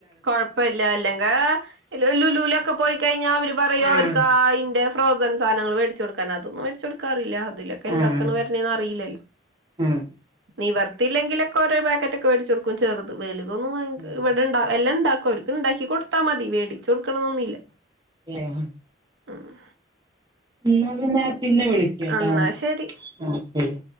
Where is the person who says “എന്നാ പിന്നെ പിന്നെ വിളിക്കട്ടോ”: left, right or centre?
Right